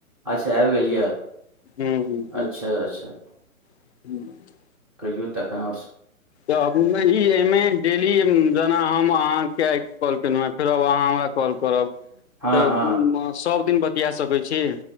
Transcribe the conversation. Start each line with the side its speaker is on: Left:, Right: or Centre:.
Centre: अच्छा आइब गेल यऽ <inaudible>
Left: हूँ हूँ
Centre: अच्छा
Left: हूँ।
Centre: अच्छा
Left: <unintelligible>
Centre: कहियौ तखन आओर सब
Left: तऽ ई एहिमे डेली जेना हम अहाँके कॉल केलहुँ हँ फेरब अहाँ हमरा कॉल करब
Centre: हँ
Left: तऽ
Centre: हँ
Left: सभ दिन बतिया सकैत छी।